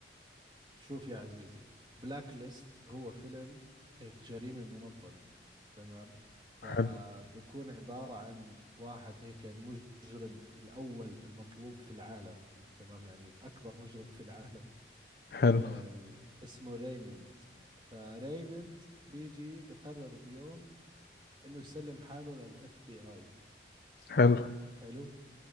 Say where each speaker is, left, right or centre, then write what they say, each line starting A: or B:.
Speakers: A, on the right (about 25°); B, on the left (about 55°).
A: شوف يا عزيزي بلاك ليست هو فيلم هيك جريمة منظمة تمام فبكون
B: حلو
A: عبارة عن واحد هيك المجرم الأول المطلوب في العالم تمام يعني أكبر مجرم في العالم
B: حلو
A: أه اسمه ريموند فريموند بيجي بقرر بيوم إنه يسلم حاله للإف بي آي
B: حلو
A: حلو